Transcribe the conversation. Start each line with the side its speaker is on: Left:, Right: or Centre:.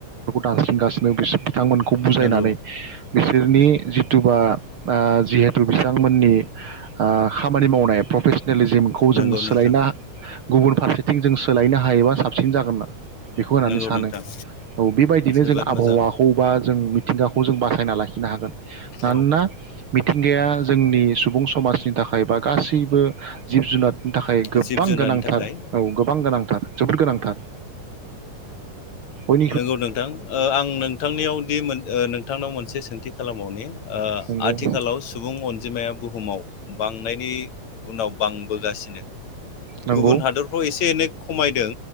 Right: दानस्रिंगासिनो बिथांमोनखौ बुजायनानै
Left: नंगौ
Right: बिसोरनि जिथुुबा ओ जिहेथु बिथांमोननि ओ खामानि मावनाय प्रफे <unintelligible> लिजिमखौ जों
Left: नंगौ
Right: सोलायना
Left: नोंथां
Right: गुबुन फारसेथिं जों सोलायनो हायोबा साबसिन जागोन होनना बेखौ होननानै
Left: नंगौ
Right: सानो
Left: नोंथां
Right: औ बेबायदिनो
Left: जोबोद
Right: जों आबहावाखौ
Left: मोजां
Right: बा जों मिथिंगाखौ जों बासायना लाखिनो हागोन। मानोना
Left: औ
Right: मिथिंगाया जोंनि सुबुं समाजनि थाखाय बा गासैबो जिब जुनारनि थाखाय गोबां
Left: जिब जुनारनि
Right: गोनांथार
Left: थाखाय
Right: औ गोबां गोनांथार जोबोद गोनांथार बय
Left: नंगौ नोंथां ओ आं नोंथांनियावदि मोन नोंथांनाव मोनसे सोंथि खालामबावनि ओ
Right: नंगौ
Left: आथिखालाव सुबुं अन जिमाया बुहुमाव बांनायनि उनाव बांबोगासिनो
Right: नंगौ
Left: गुबुन हादरफ्राव एसे एनै खमायदों